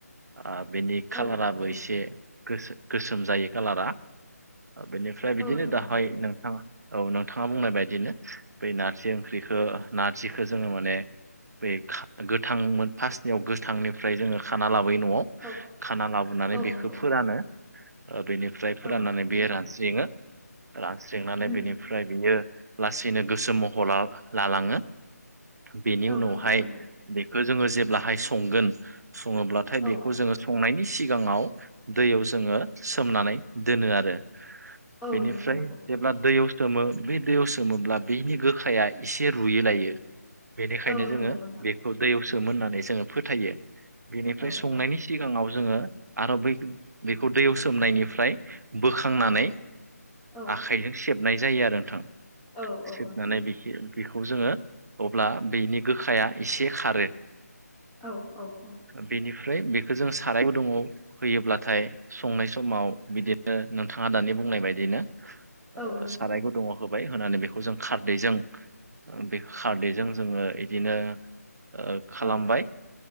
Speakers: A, on the right (about 70°); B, in the centre.
A: ओ बेनि खालाराबो
B: औ औ औ
A: एसे गोसो-गोसोम जायो कालारा बेनि ओमफ्राय बिदिनो
B: औ नोंथां
A: दाहाय
B: नंगौ
A: नों थाङा औ नोंथाङा बुंनाय बायदिनो बै नारजि ओंख्रिखौ नारजिखौ जोङो माने बे खा गोथांमोन फास्टनियाव गोथांनिफ्राय जोङो खाना लाबोयो न'आव
B: औ
A: खाना लाबोनानै
B: औ
A: बेखौ
B: नंगौ
A: फोरानो बेनिफ्राय फोराननानै
B: औ नोंथां नंगौ
A: बेयो रानस्रिङो रानस्रिंनानै
B: उम
A: बेनिफ्राय ओमफ्राय बियो लासैनो गोसो महर लालाङो बेनि उनावहाय
B: औ नोंथां नंगौ
A: बेखौ जोङो जेब्लाहाय संगोन सङोब्लाथाय बेखौ
B: औ
A: जोङो संनायनि सिगाङाव दैयाव जोङो सोमनानै दोनो आरो
B: औ
A: बेनिफ्राय
B: नोंथां नंगौ
A: जेब्ला
B: नंगौ
A: दैयाव सोमो बे दैयाव सोमोब्ला बेनि गोखाया एसे रुयै लायो। बेनिखायनो
B: औ
A: जोङो
B: नंगौ नोंथां
A: बेखौ दैयाव सोमोननानै जोङो फोथायो। बेनिफ्राय
B: औ
A: संनायनि
B: औ
A: सिगाङाव जोङो आरो बै बेखौ दैयाव सोमनायनिफ्राय बोखांनानै
B: औ औ
A: आखाइजों सेबनाय जायो आरो नोंथां
B: औ
A: सेबनानै
B: औ नोंथां नंगौ
A: बेखि बेखौ जोङो अब्ला बिनि गोखाया एसे खारो
B: औ औ औ
A: बेनिफ्राय बेखौ जों सारायबो गुदुङाव होयोब्लाथाय संनाय समाव बिदिनो नोंथाङा दानि बुंनाय बायदिनो ओ
B: औ नोंथां
A: साराय
B: नंगौ
A: गुदुङाव होबाय होनानै बेखौ जों खारदैजों बे खारदैजों जोङो इदिनो ओ खालामबाय
B: औ